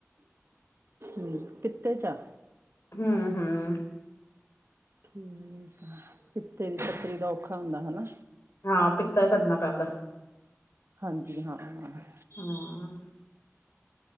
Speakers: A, on the right (about 60°); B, on the left (about 65°).
A: ਹੂੰ ਪਿੱਤੇ 'ਚ ਆਂ।
B: ਹੂੰ ਹੂੰ।
A: ਠੀਕ ਆ ਪਿੱਤੇ। ਦੀ ਪੱਥਰੀ ਦਾ ਔਖਾ ਹੁੰਦਾ ਹਨਾ।
B: ਹਾਂ ਪਿੱਤਾ ਹੀ ਕੱਢਣਾ ਪੈਂਦਾ ਹੈ।
A: ਹਾਂਜੀ ਹਾਂ ਹਾਂਜੀ।
B: ਹਾਂ।